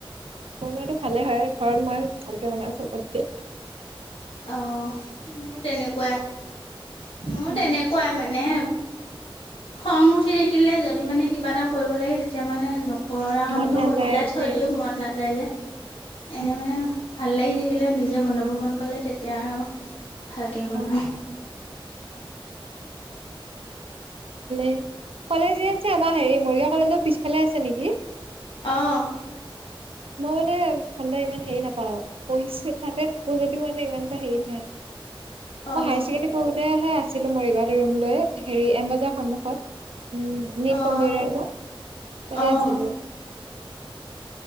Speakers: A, on the right (about 80°); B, on the left (about 70°).
A: বনোৱাটো ভালে হয় ঘৰত মই ভালকে বনাওঁ সবতকে।
B: অ', মোৰ তেনেকুৱাই মোৰ
A: উম,
B: তেনেকুৱাই মানে খং উঠি থাকিলে যদি মানে কিবা এটা কৰিব লাগে তেতিয়া মানে নকৰা কামটো
A: মন নাযায়
B: কৰি পেলাই
A: এইটোৱে
B: থৈ দিওঁ মন নাযায় যে,
A: উম,
B: এনে মানে ভাল লাগি থ থাকিলে নিজে বনাব মন গ'লে তেতিয়া আৰু ভালকে
A: অ'।
B: বনাওঁ।
A: ভালে, কলেজ ইয়াত আমাৰ হেৰি মৰিগাঁও কলেজৰ পিছফালে আছে নেকি?
B: অ',
A: মই মানে ঠাণ্ডা ইমান হেৰি নাপাও, পঢ়িছো তাতে থাকো যদিও মানে ইমান এটা হেৰি নাই। মই
B: অঁ
A: হায় ছেকেণ্ডাৰী পঢ়োতেহে আছিলোঁ মৰিগাঁৱত ৰুম লৈ, হেৰি এম বজাৰ সন্মুখত। উম, নীট
B: অঁ
A: কম্পিউটাৰ যে তাতে
B: অঁ
A: আছিলোঁ।